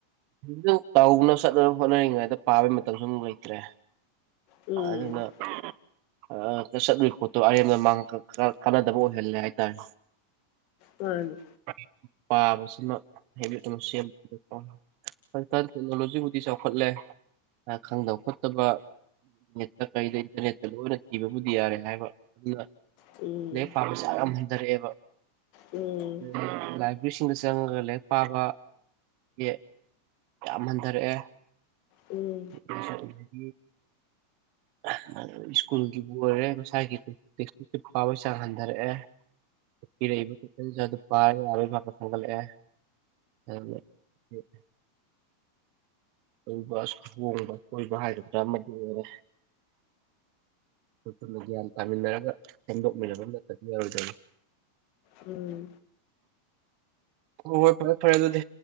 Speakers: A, on the right; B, on the left.
A: <unintelligible> ꯀꯧꯅꯕ ꯆꯠꯅꯕ ꯍꯣꯠꯅꯔꯤꯉꯩꯗ ꯄꯥꯕꯩ ꯃꯇꯝꯁꯨ ꯑꯃꯨꯛ ꯂꯩꯇ꯭ꯔꯦ꯫
B: ꯎꯝ
A: ꯑꯗꯨꯅ <unintelligible> ꯑꯗꯥ ꯆꯠꯂꯨꯏ ꯄꯣꯠꯇꯣ ꯑꯔꯦꯝꯕꯗ ꯃꯥꯡꯍꯟ ꯀꯥ ꯀꯥꯟꯅꯗꯕ ꯑꯣꯏꯍꯜꯂꯦ ꯍꯥꯏꯇꯥꯔꯦ꯫
B: ꯃꯥꯅꯤ꯫
A: <unintelligible> ꯄꯥꯕꯁꯤꯃ ꯍꯦꯕꯤꯠ ꯑꯃ ꯁꯦꯝꯕꯗꯨꯀꯣ꯫ ꯁꯔꯀꯥꯔ ꯇꯦꯛꯅꫭꯂꫭꯖꯤꯕꯨꯗꯤ ꯆꯥꯎꯈꯠꯂꯦ꯫ ꯈꯔ ꯈꯪꯗꯕ ꯈꯣꯠꯇꯕ ꯅꯦꯠꯇ ꯀꯩꯗ ꯏꯟꯇꯔꯅꯦꯠꯇ ꯂꯣꯏꯅ ꯊꯤꯕꯕꯨꯗꯤ ꯌꯥꯔꯦ ꯍꯥꯏꯕ ꯑꯗꯨꯅ
B: ꯎꯝ
A: ꯂꯥꯏꯔꯤꯛ ꯄꯥꯕ ꯆꯥꯡ ꯌꯥꯝ ꯍꯟꯊꯔꯛꯑꯦꯕ꯫
B: ꯎꯝ
A: ꯎꯝ ꯂꯥꯏꯕ꯭ꯔꯤꯁꯤꯡꯗ ꯆꯪꯑꯒ ꯂꯥꯏꯔꯤꯛ ꯄꯥꯕ꯫ ꯌꯦ ꯌꯥꯝ ꯍꯟꯙꯔꯛꯑꯦ꯫
B: ꯎꯝ
A: <inaudible> <unintelligible> ꯁ꯭ꯀꯨꯜꯒꯤꯕꯨ ꯑꯣꯏꯔꯦ ꯃꯁꯥꯒꯤ ꯇꯦꯛꯁꯛꯁꯦ ꯄꯥꯕꯒꯤ ꯆꯥꯡ ꯍꯟꯊꯔꯛꯑꯦ꯫ ꯄꯤꯔꯛꯏꯕ <inaudible> ꯄꯥꯏ ꯌꯥꯔꯣꯏ ꯐꯕ ꯊꯥꯡꯒꯠꯂꯛꯑꯦ꯫ <inaudible> ꯇꯧꯕ ꯆꯣꯡꯕ ꯑꯁꫭꯏꯕ ꯍꯥꯏꯒꯗ꯭ꯔꯥ ꯑꯃꯗꯤ ꯑꯣꯏꯔꯦ꯫ ꯑꯩꯈꯣꯏ ꯄꯨꯟꯅ ꯒ꯭ꯌꯥꯟ ꯇꯥꯃꯤꯟꯅꯔꯒ ꯁꯦꯝꯗꯣꯛꯃꯤꯟꯅꯕ ꯑꯃꯅꯠꯇꯗꯤ ꯌꯥꯔꯣꯏꯗꯣꯏꯔꯤ꯫
B: ꯎꯝ
A: ꯍꯣꯏ ꯍꫭꯏ ꯐꯔꯦ ꯐꯔꯦ ꯑꯗꯨꯗꯤ꯫